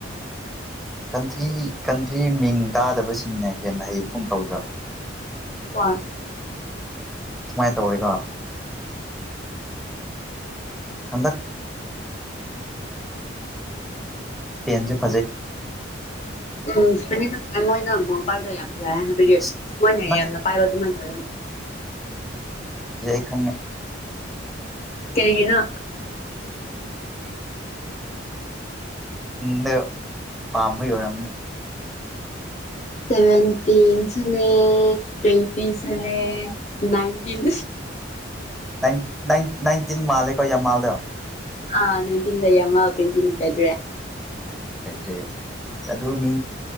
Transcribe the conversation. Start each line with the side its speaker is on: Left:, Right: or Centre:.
Centre: ꯀꯟꯇ꯭ꯔꯤ ꯀꯟꯇ꯭ꯔꯤ ꯃꯤꯡ ꯇꯥꯗꯕꯁꯤꯡꯅ ꯍꯦꯟꯅ ꯍꯩꯁꯨꯝ ꯇꯧꯗ꯭ꯔ
Left: ꯋꯥ
Centre: ꯁꯨꯃꯥꯏꯅ ꯇꯧꯋꯤꯀꯣ ꯑꯗ ꯁꯄ
Left: ꯎ ꯄ ꯃ ꯅ ꯄꯥꯎꯗ ꯌꯥꯝ ꯍꯥꯏꯕꯗꯤ
Centre: ꯑꯁ
Left: ꯃꯣꯏꯅ
Centre: ꯅꯪ
Left: ꯌꯥꯝꯅ ꯄꯥꯏꯕꯗꯨꯃꯅ ꯑꯣꯏ
Centre: ꯈꯪ
Left: ꯀꯦꯔꯤꯒꯤꯅ
Centre: ꯅ ꯄꯥꯝꯕ ꯌ
Left: ꯁꯚꯦꯟꯇꯅꯦ ꯇ꯭ꯋꯦꯟꯇꯅꯦ ꯅꯥꯟꯇꯤꯟ
Centre: ꯏ ꯅꯥꯏꯟꯇꯤꯟ ꯃꯥꯜꯂꯦꯀꯣ ꯌꯥꯝꯥ ꯃꯥꯜꯗ
Left: ꯑꯥ ꯅꯥꯏꯟꯇꯤꯟꯗꯃ ꯇ꯭ꯋꯇꯤꯟ ꯀꯥꯏꯗ꯭ꯔꯦ
Centre: ꯀꯗꯔꯤ ꯑꯗꯨꯅꯤ